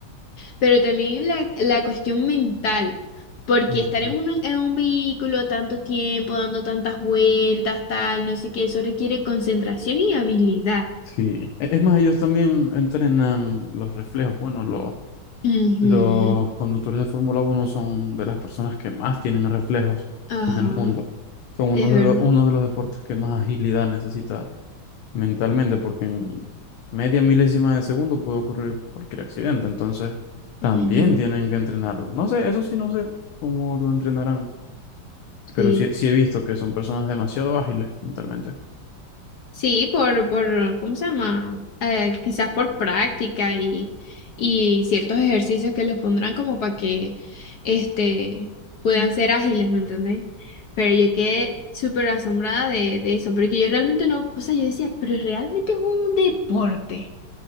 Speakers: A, on the left; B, on the left.
A: Pero también la, la cuestión mental, porque
B: mm,
A: estar en un, en un vehículo tanto tiempo, dando tantas vueltas, tal, no sé qué, eso requiere concentración y habilidad.
B: sí, E- es más, ellos también entrenan los reflejos. Bueno, los,
A: Ujú,
B: los conductores de Fórmula uno son de las personas que más tienen reflejos
A: Ajá,
B: en el mundo. Son uno
A: es verdad.
B: de los, uno de los deportes que más agilidad necesita mentalmente, porque en media milésima de segundo puede ocurrir cualquier accidente. Entonces, también
A: Ujú,
B: tienen que entrenarlo. No sé, eso sí no sé cómo lo entrenarán,
A: Sí.
B: pero sí, sí he visto que son personas demasiado ágiles mentalmente.
A: Sí, por, por, ¿cómo se llama? Eh, quizás por práctica y, y ciertos ejercicios que les pondrán como para que este, puedan ser ágiles, ¿me entendéis? Pero yo quedé súper asombrada de, de eso, porque yo realmente no, o sea, yo decía, pero realmente es un deporte.